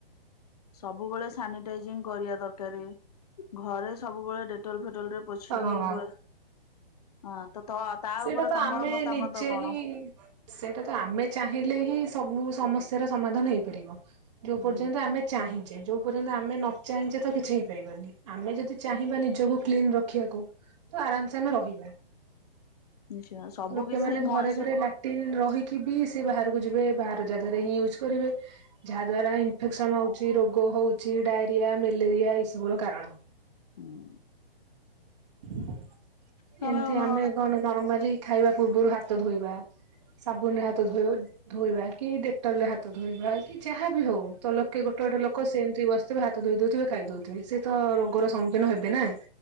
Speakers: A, on the left (about 40°); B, on the right (about 30°).
A: ସବୁବେଳେ ସାନିଟାଇଜିଂ କରିବା ଦରକାର ଘରେ ସବୁବେଳେ ଡେଟଲ ଫେଟ ଡେଟଲରେ ପୋଛିକି
B: ହଁ
A: ବ ହଁ ତ ତା
B: ସେଇଟା
A: ଉପରେ
B: ତ
A: ତମର
B: ଆମେ
A: ମତାମତ
B: ନିଜେ
A: କଣ?
B: ହିଁ ସେଇଟା ତ ଆମେ ଚାହିଁ ସମାାଧାନ ହେଇପାରିବ ଯୋଉ
A: ହୁଁ
B: ପର୍ଯ୍ୟନ୍ତ ଆମେ ଚାହିଁଛେ ଯୋଉ ପର୍ଯ୍ୟନ୍ତ ଆମେ ନ ଚାହିଁଛ ତ କିଛି ହେଇପାରିବନି ଆମେ ଯଦି ଚାହିଁବା ନିଜକୁ କ୍ଲିନ ରଖିବାକୁ ତ ଆରାମସ ଆମେ ରହିବା।
A: ନିଶ୍ଚୟ ସବୁ
B: ଲୋକେମାନେ
A: କିଛି ସେଇ
B: ଘରେ
A: ମଣିଷ
B: ଘରେ ଲାଟ୍ରନ୍ ରହିକି ବି ସେ ବାହାରକୁ ତାକୁ ଯେବେ ବାହାର ଜାଗାରେ ୟ୍ଯଜ୍‌ କରିବେ ଯାହା ଦ୍ୱାରା ଇମ୍ପେକ୍ସନ୍ ହଉଛି ରୋଗ ହଉଛି ଡାଇରି କୁଣ୍ଡିଆ ମେଲେଟିଆ ଏ ସବୁର କାରଣ।
A: ଉଁ।
B: <inaudible>
A: ତମେ
B: ଏମତି
A: ହୁଁ
B: ଆମେ କଣ ନର୍ମାଲି ଖାଇବା ପୂର୍ବରୁ ହାତ ଧୋଇବା। ସାବୁନ ରେ ହାତ ଧୋଇ ଧୋଇବା କି ଡେକ୍ଟଲ ରେ ହାତ ଧୋଇବା କି ଯାହାବି ହଉ ତ ଲୋକେ ଗୋଟେ ଗୋଟ ଲୋକ ସେମିତି ବସି ସେବେ ହାତ ଧୋଇ ଦଉଥିବେ ଖାଇଦଉଥିବେ ସେ ତ ରୋଗର ସମ୍ମୁଖୀନ ହେବେ ନା।